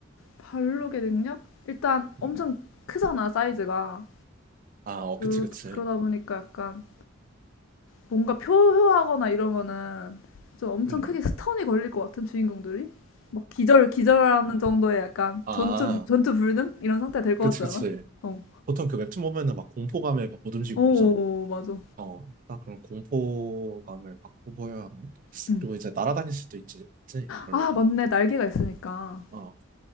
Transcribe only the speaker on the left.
발록의 능력? 일단
엄청 크잖아, 사이즈가.
그,
그러다 보니까 약간 뭔가 표효하거나 이러면은 좀 엄청
크게 스턴이 걸릴 것 같은 주인공들이? 막 기절, 기절하는 정도의 약간
전투, 불- 전투 불능? 이런 상태 될 것
같지
않아? 어.
오,
맞아.
음.
아, 맞네. 날개가 있으니까.